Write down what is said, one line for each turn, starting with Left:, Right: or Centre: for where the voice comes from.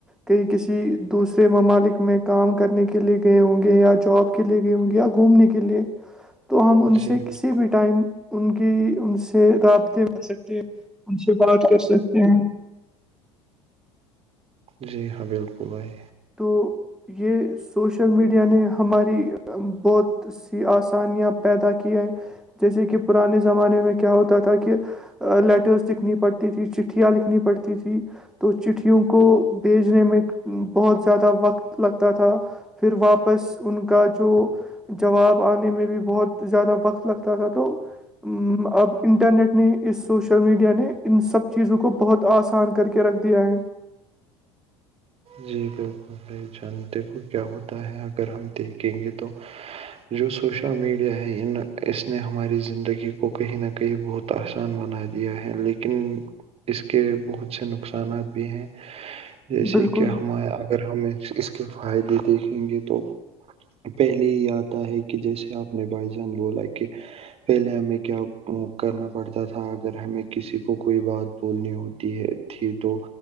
Centre: کئی کسی دوسرے ممالک میں کام کرنے کے لیے گئے ہوں گے یا جاب کے لیے گئے ہوں گے یا گھومنے کے لیے تو ہم ان
Right: جی
Centre: سے
Right: بالکل،
Centre: کسی بھی ٹائم ان کی ان سے رابطے میں ان سے بات کر سکتے ہیں
Right: جی ہاں بالکل بھائی
Centre: تو یہ سوشل میڈیا نے ہماری بہت سی آسانیاں پیدا کی ہیں جیسے کہ پرانے زمانے میں کیا ہوتا تھا کہ لیٹرس دکھنی پڑتی تھی چٹھی لکھنی پڑتی تھی تو چٹھیوں کو بھیجنے میں بہت زیادہ وقت لگتا تھا پھر واپس ان کا جو جواب آنے میں بھی بہت زیادہ وقت لگتا تھا تو اب انٹرنیٹ نے اس سوشل میڈیا نے ان سب چیزوں کو بہت آسان کر کے رکھ دیا ہے
Right: جی بالکل بھائی جان دیکھو کیا ہوتا ہے اگر ہم دیکھیں گے تو جو سوشل میڈیا ہے ان اس نے ہماری زندگی کو کہیں نہ کہیں بہت ت آحسان بنا دیا ہے لیکن اس کے بہت سے نقصانات بھی ہیں جیسے
Centre: بالکل
Right: کہ اگر ہم اس کے فائدے دیکھیں گے تو پہلے یہ آتا ہے کہ جیسے آپ نے بھائی جان بولا کہ پہلے ہمیں کیا کرنا پڑتا تھا اگر ہمیں کسی کو کوئی بات بولنی ہوتی ہے تھی تو